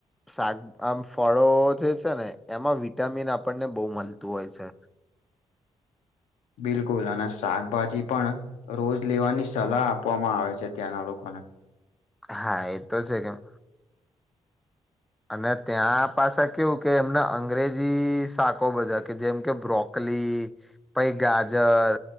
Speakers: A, in the centre; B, on the left.
A: શાક આમ ફળો જે છે ને એમાં વિટામિન આપ આપણને બહુ મળતું હોય છે
B: <inaudible> બિલકુલ અને શાકભાજી પણ રોજ લેવાની સલાહ આપવામાં આવે છે ત્યાંના લોકોને <inaudible>
A: હા એ તો છે કેમ અને ત્યાં પાછા કેવું કે એમને અંગ્રેજી શાકો બધા કે જેમ કે બ્રોક પ ગાજર